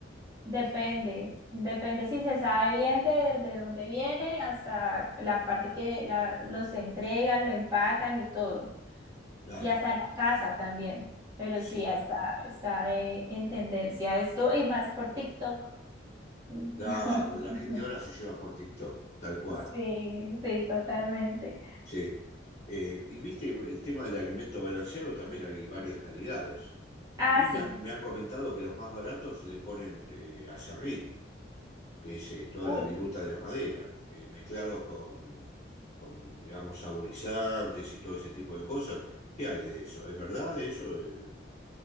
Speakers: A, on the right; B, on the left.
A: Depende, depende si se sabe bien de, de dónde viene hasta la parte que la- los entregan, lo empacan y todo.
B: Claro,
A: Y hasta en la casa también. Pero
B: sí,
A: sí, está, está de- en tendencia esto y más por TikTok. <laughs>
B: claro, la gente ahora se lleva por TikTok, tal cual,
A: Sí, sí, totalmente.
B: sí. Eh, y viste, el tema del alimento balanceado también hay varias calidades.
A: Ah,
B: A mí
A: sí.
B: me, ha- me han comentado que los más baratos le ponen eh, aserrín, que es eh, toda
A: uy
B: la viruta de la madera, eh, mezclado con, con, digamos, saborizantes y todo ese tipo de cosas. ¿Qué hay de eso? ¿Es verdad eso? Eh,